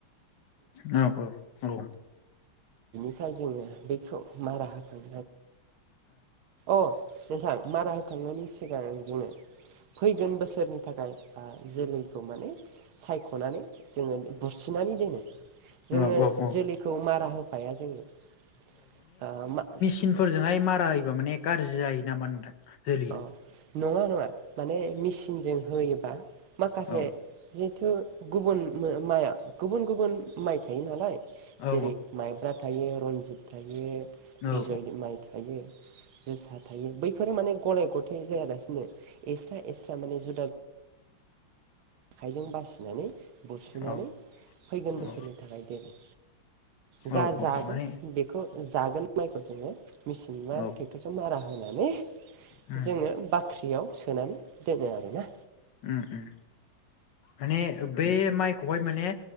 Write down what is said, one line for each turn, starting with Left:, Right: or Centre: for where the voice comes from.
Left: औ औ
Right: नाथाय जोङो बेखौ मारा होखां अ नोंथां मारा होखांनायनि सिगां जोंङो फैगोन बोसोरनि थाखाय आं जोलैखौ माने सायखनानै जोङो बेखौ सु थिनानै दोनो जोङो
Left: औ औ औ
Right: जोलैखौ मारा होफाया जोङो ओ मा
Left: मिसिनफोरजोंहाय मारा होयोबा माने गाज्रि जायो नामा नोंथां जोलैया।
Right: अ नङा नङा माने मेसिनजों होयोबा माखासे
Left: औ
Right: थो गुबुन माइया गुबुन गुबुन माइ थायो नालाय।
Left: औ
Right: जेरै माइब्रा थायो रनजित थायो।
Left: औ
Right: बिजय
Left: औ
Right: माइ थायो जोसा थायो बैफोरो माने गलाय-गथाय जायालासिनो एस्रा एस्रा माने जुदा आखाइजों बासिनानै बुसिनानै
Left: औ
Right: फैगोन
Left: औ
Right: बोसोरनि थाखाय दोनो। जा
Left: औ औ
Right: जागोन
Left: माने
Right: बेखौ जागोन माइखौ जोंङो। मिसिननिबा
Left: औ
Right: थेकटरजों मारा नायनानै
Left: उम
Right: जोंङो बाख फाख्रियाव सोनानै दोनो आरो ना
Left: उम उम माने बे माइखौहाय माने